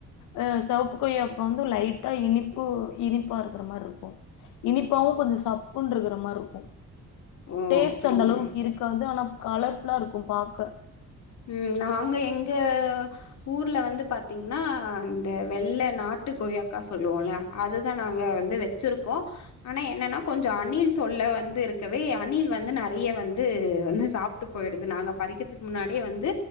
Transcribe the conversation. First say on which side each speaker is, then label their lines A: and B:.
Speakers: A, on the left; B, on the left.
A: அ செவப்பு கொய்யாக்கா வந்து லைட்டா இனிப்பு இனிப்பா இருக்ற மாரி இருக்கு இனிப்பாவு கொஞ்சோ சாப்புனுருக்க ற மாரி இருக்கு
B: ஓ
A: டேஸ்ட்
B: அப்டிங்களா
A: அந்த அளவுக்கு இருக்காது ஆனா கலர் ஃபுல்லா இருக்கு பாக்க
B: ம் நாங்க எங்க ஊர்ல வந்து பார்த்தீங்கன்னா இந்த வெள்ளை நாட்டு கோயாக்கா சொல்லுவோம்ல அதுதான் நாங்க வந்து வச்சிருக்கோம் ஆனா என்னன்னா கொஞ்சோ அணில் தொல்ல வந்து இருக்கவே அணில் வந்து நெறைய வந்து வந்து சாப்பிட்டு போயிடுது நாங்க பறிக்கிறதுக்கு முன்னாடி வந்து